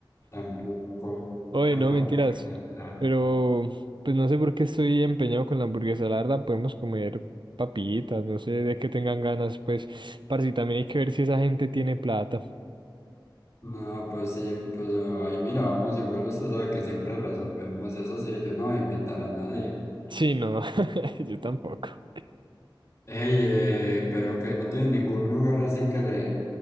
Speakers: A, on the left (about 35°); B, on the right (about 70°).
A: tampoco,
B: Oye,
A: tampoco
B: no, mentiras.
A: exagerar.
B: Pero, pues no sé por qué estoy empeñado con la hamburguesa. La verdad, podemos comer papitas, no sé de qué tengan ganas, pues. Parce, y también hay que ver si esa gente tiene plata.
A: No, pues sí, pues ahí mira, vamos, igual usted sabe que siempre resolvemos eso, sí, yo no voy a invitar a nadie.
B: Sí, no, <laughs> yo tampoco.
A: Ey, eh, pero que no tiene ningún lugar así que le